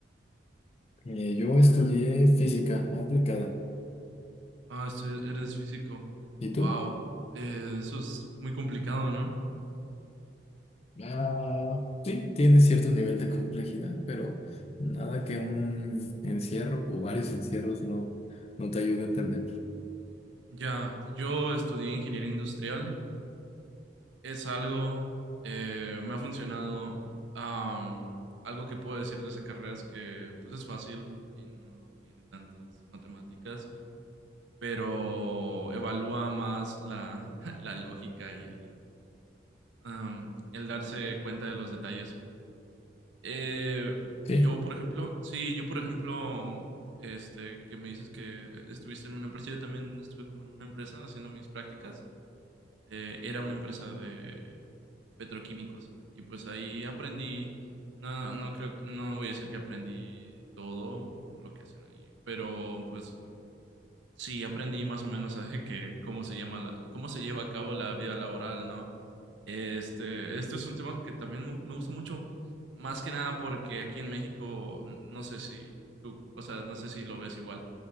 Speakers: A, on the left; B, on the right.
A: Eh, yo estudié física aplicada.
B: Ah, estu- eres físico.
A: ¿Y tú?
B: Wow, eh, eso es muy complicado, ¿no?
A: Ah, sí, tiene cierto nivel de complejidad, pero nada que un encierro o varios encierros no, no te ayude a entender.
B: Ya, yo estudié ingeniería industrial. Es algo, eh, me ha funcionado. am, algo que puedo decir de esa carrera es que, pues, es fácil y no tiene tantas matemáticas, pero evalúa más la, <laughs> la lógica y el, am, el darse cuenta de los detalles. Eh,
A: Sí,
B: yo, por ejemplo, sí, yo, por ejemplo, este, que me dices que estuviste en una empresa, yo también estuve como en una empresa haciendo mis prácticas. Eh, era una empresa de petroquímicos y pues ahí aprendí, no, no creo, no voy a decir que aprendí todo lo que hacen ahí, pero pues Sí, aprendí más o menos a de que cómo se llama la- cómo se lleva a cabo la vida laboral, ¿no? Este, esto es un tema que también me, me gusta mucho, más que nada porque aquí en México, no sé si tú, o sea, no sé si lo ves igual,